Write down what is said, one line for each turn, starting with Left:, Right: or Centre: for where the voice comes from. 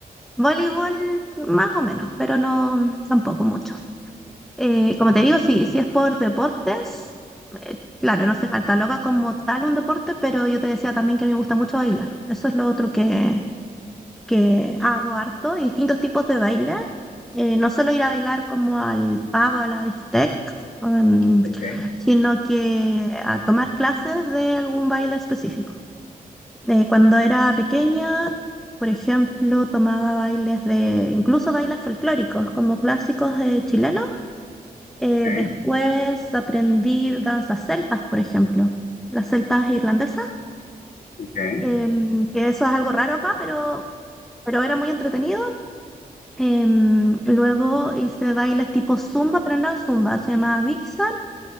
Centre: voleibol más o menos, pero no tampoco mucho. Eh, como te digo, si, si es por deportes, eh, claro, no se cataloga como tal un deporte, pero yo te decía también que me gusta mucho bailar. Eso es lo otro que, que hago harto, y distintos tipos de baile. Eh, no solo ir a bailar como al pub o a la discoteca, em,
Left: Ok,
Centre: sino que a tomar clases de algún baile específico. Eh, cuando era pequeña, por ejemplo, tomaba bailes de, incluso bailes folclóricos, como clásicos eh, chilenos eh,
Left: ok,
Centre: después aprendí danzas celtas, por ejemplo, las celtas irlandesas,
Left: ok.
Centre: em, que eso es algo raro acá, pero, pero era muy entretenido. Em, luego hice bailes tipo zumba, pero no eran zumba, se llamaba Vixen